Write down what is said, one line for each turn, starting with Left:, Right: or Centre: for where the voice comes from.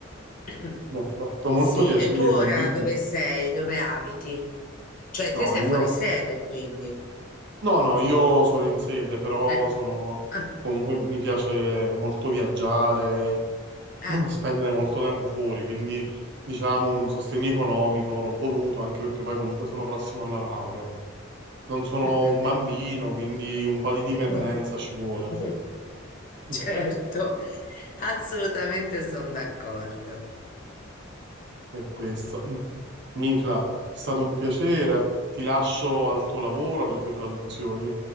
Left: <clears throat>
Right: Mi ha fatto molto
Left: Sì,
Right: piacere,
Left: e tu ora
Right: Emilio.
Left: dove sei? Dove abiti? Cioè, te
Right: No,
Left: sei
Right: io.
Left: fuori sede, quindi.
Right: No, no, io sono in sede, però
Left: Eh,
Right: sono,
Left: ah,
Right: comunque mi piace molto viaggiare,
Left: ah,
Right: <clears throat> spendere molto tempo fuori, quindi diciamo un sostegno economico l'ho voluto, anche perché poi comunque sono prossimo alla laurea. Non sono
Left: eh, eh,
Right: un bambino,
Left: eh,
Right: quindi un po' di dipendenza
Left: vabbè.
Right: ci vuole.
Left: <laughs>
Right: Mm.
Left: Certo, assolutamente sono d'accordo.
Right: È questo. Mm. Nicla, è stato un piacere, ti lascio al tuo lavoro, alle tue traduzioni.